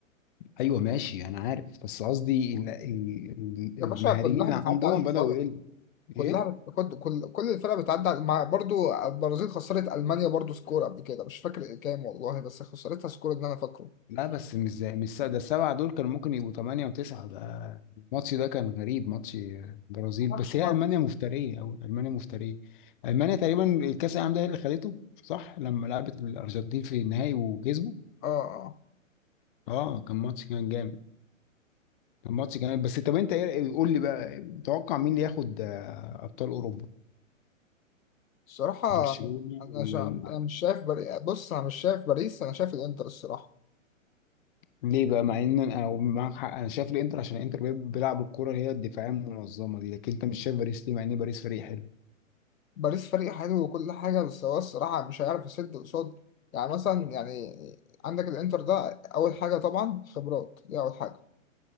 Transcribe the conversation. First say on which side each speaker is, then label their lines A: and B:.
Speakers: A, on the left (about 40°); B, on the left (about 85°).
A: أيوة ماشي أنا عارف بس قصدي ال- ال- ال- المهاريين
B: يا باشا كلها
A: اللي
B: بتعدي
A: عندهم
B: على الطوارئ
A: بدأوا يقلوا
B: كلها
A: إيه؟
B: بت... كل كل كل الفرق بتعدي على- مع برضو البرازيل خسرت المانيا برضو سكور قبل كده مش فاكر كام والله بس خسرتها سكور اللي انا فاكره
A: لا بس مش زي مش س- ده السبعة دول كانوا ممكن يبقوا ثمانية وتسعة ده الماتش ده كان غريب ماتش برازيل
B: معرفش
A: بس
B: بقى
A: هي ألمانيا
B: بس
A: مفترية أو ألمانيا مفترية ألمانيا تقريبا الكأس العالم ده هي اللي خدته صح لما لعبت الأرجنتين في النهائي وكسبوا
B: اه اه
A: اه كان ماتش كان جامد كان ماتش جامد بس طب انت ايه- قول لي بقى متوقع مين اللي ياخد آه، ابطال اوروبا
B: الصراحه
A: برشلونة
B: انا
A: ولا
B: شا...
A: ال...
B: انا مش شايف بري... بص انا مش شايف باريس انا شايف الانتر الصراحه
A: ليه بقى مع ان انا أو معاك حق انا شايف الانتر عشان الانتر بي- بيلعب الكرة اللي هي الدفاعية المنظمة دي لكن انت مش شايف باريس ليه مع ان باريس فريق حلو
B: باريس فريق حلو وكل حاجه بس هو الصراحه مش هيعرف يسد قصاد يعني مثلا يعني عندك الانتر ده اول حاجه طبعا خبرات دي اول حاجه